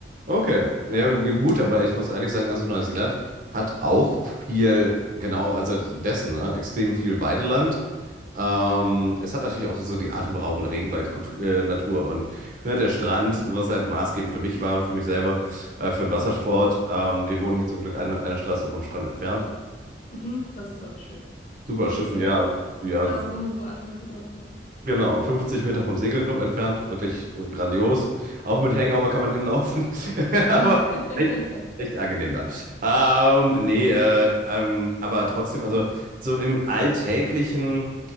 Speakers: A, on the right (about 45°); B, on the left (about 40°).
A: Okay, ja gu- gut, aber ich muss ehrlich sagen, also Neuseeland hat auch viel, genau, also dessen, ne, extrem viel Weideland. Ähm, es hat natürlich auch so die atemberaubende Regenwaldnatur äh, Natur und ne, der Strand, was halt maßgebend für mich war, für mich selber, äh, für den Wassersport. Ähm, wir wohnen hier zum Glück eine, eine Straße vom Strand entfernt.
B: Mhm, das ist aber schön.
A: Super
B: Das
A: schön,
B: ist sehr
A: ja,
B: schön.
A: ja,
B: Da wohnen, wo andere Leute Urlaub machen.
A: Genau, 50 Meter vom Segelclub entfernt, wirklich äh, grandios. Auch mit Hangover kann man hinlaufen, <laughs> aber
B: <laughs>
A: echt, echt angenehm da. Ähm, nee, äh, ähm, aber trotzdem, also so im Alltäglichen